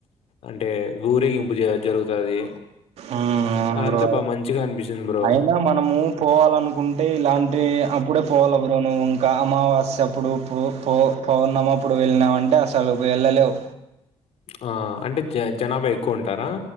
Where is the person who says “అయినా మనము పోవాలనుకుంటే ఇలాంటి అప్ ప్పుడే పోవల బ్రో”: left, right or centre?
Right